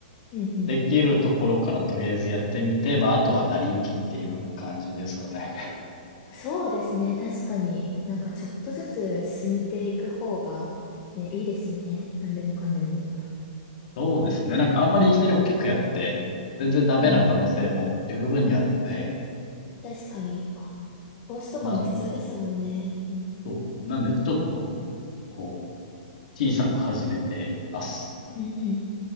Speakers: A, on the left (about 25°); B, on the left (about 55°).
A: うんうん。
B: できるところからとりあえずやってみて、まあ、あとは成り行きっていう感じですかね。
A: そうですね。確かになんかちょっとずつ進めていく方が、ね、いいですよね。何でもかんでも。
B: そうですね。なんかあんまりいきなり大きくやって、全然ダメな可能性も十分にあるんで、
A: うん。確かに、帽子とかも必要ですもんね。
B: なん
A: うん。
B: そうです。なんで、ちょっと、こう、小さく始めてます。
A: うんうん。